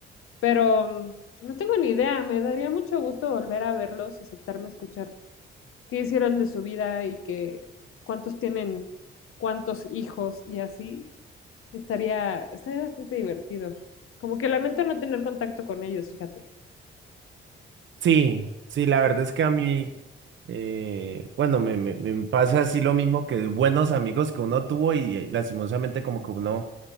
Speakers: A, on the left; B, on the right.
A: Pero mm, no tengo ni idea, me daría mucho gusto volver a verlos y sentarme a escuchar qué hicieron de su vida y que cuántos tienen, cuántos hijos y así. Estaría, estaría bastante divertido. Como que lamento no tener contacto con ellos, fíjate.
B: Sí, sí, la verdad es que a mí, eh, bueno, me, me, me pasa así lo mismo que buenos amigos que uno tuvo y eh, lastimosamente como que uno